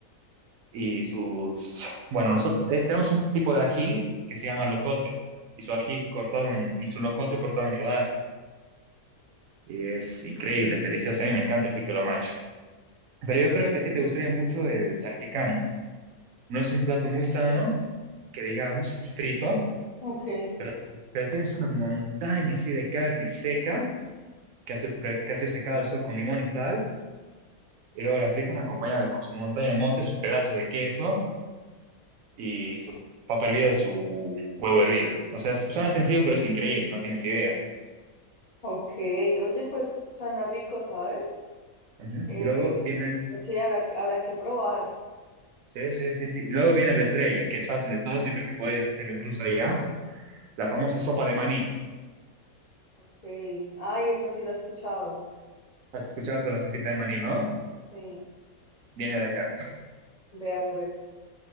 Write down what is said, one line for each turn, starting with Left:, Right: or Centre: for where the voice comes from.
Right: y sus... Bueno, nosotros eh, tenemos un tipo de ají que se llama locoto y su ají cortado en, y su locoto cortado en rodajas. Y es increíble, es delicioso. A mí me encanta el piquelo macho. Pero yo creo que
Left: Mm.
Right: a ti te gustaría mucho el charquecán. No es un plato muy sano, que digamos, es frito,
Left: Ok.
Right: pero, pero tienes una montaña así de carne seca, que ha sido pre- que ha sido secada al sol con limón y sal Y luego la fritan acompañada con su montaña de mote, su pedazo de queso y su papa hervida y su huevo hervido. O sea, suena sencillo, pero es increíble, no tienes idea.
Left: Ok. Oye, pues suena rico, ¿sabes? sí.
Right: Ujú.
Left: Eh,
Right: Y luego viene,
Left: pues sí, habrá, que- habrá que probar.
Right: sí, sí, sí, sí. Y luego viene la estrella, que es fácil de todos, yo creo que podrías hacerlo incluso allá. La famosa sopa de maní.
Left: Ok. Ay, esa sí la he escuchado.
Right: Has escuchado de la sopita de maní, ¿no?
Left: Sí.
Right: Viene de acá.
Left: Vea, pues.